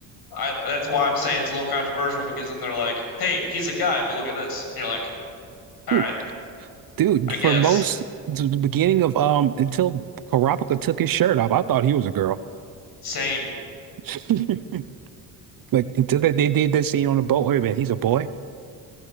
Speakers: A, on the left; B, on the right.
A: I that's why I'm saying it's a little controversial because then they're like, "Hey, he's a guy, but look at this." And you're like, "All
B: Dude,
A: right,
B: dude,
A: I guess."
B: for most the the beginning of um until Karapika took his shirt off, I thought he was a girl.
A: Same.
B: <laughs> Like until they, they did that scene on the boat. Wait a minute, he's a boy.